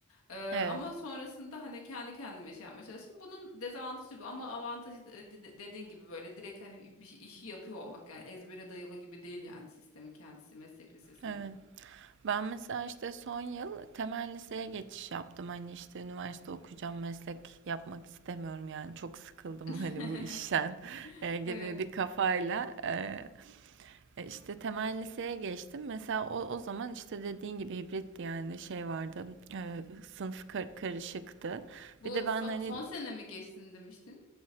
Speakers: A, on the left (about 75°); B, on the right (about 55°).
A: Ee,
B: Evet
A: ama sonrasında hani kendi kendime şey yapmaya çalıştım. Bunun dezavantajı bu ama avantajı de- de- dediğin gibi böyle direkt hani bir şey- işi yapıyor olmak yani ezbere dayalı gibi değil yani sistemin kendisi meslek lisesinde.
B: evet. Ben mesela işte son yıl temel liseye geçiş yaptım. Hani işte üniversite okuyacağım, meslek yapmak istemiyorum yani. Çok sıkıldım
A: <laughs>
B: <laughs> hani bu işten <laughs> e, gibi
A: Evet.
B: bir kafayla. e, e, işte temel liseye geçtim. Mesela o, o zaman işte dediğin gibi hibritti yani şey vardı. e, sınıf kar- karışıktı.
A: Bu
B: Bir de ben
A: son,
B: hani
A: son sene mi geçtin demiştin?